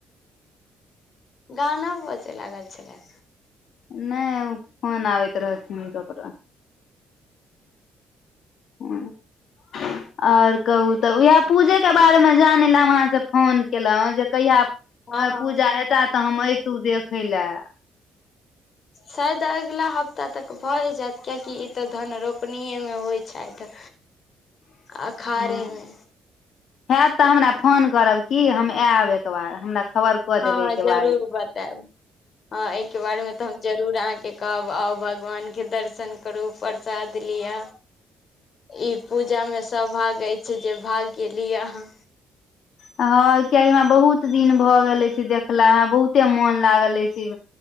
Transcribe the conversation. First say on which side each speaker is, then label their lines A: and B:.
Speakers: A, on the left (about 50°); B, on the left (about 65°).
A: गाना बजे लागल छलै
B: नहि ओ फोन आबैत रहथिन ककरो हं आर कहू त उएह पूजेके बारेमे जानय लए हम अहाँस फोन केलौं जे कहिया
A: हँ
B: ह पूजा हेता त हम ऐतू देखय लए
A: शायद अगिला हफ्ता तक भए जायत कियकि ई त धनरोपनिएमे होइ छथि
B: <inaudible>
A: अखाड़ेमे
B: हँ हैत तऽ हमरा फोन करब की हम ऐब एकबार हमरा खबर कऽ
A: हँ
B: देबै एहिके
A: जरूर
B: बारेमे
A: बतैब हँ एहिके बारेमे तऽ हम जरू रूर अहाँके कहब आउ भगवानके दर्शन करू प्रसाद लिय ई पूजामे सौभाग अछि जे भाग्य ली अहाँ
B: हँ कियाकि हमरा बहुत दिन भऽ गेल अछि देखला हमरा बहुते मोन लागल अछि इमे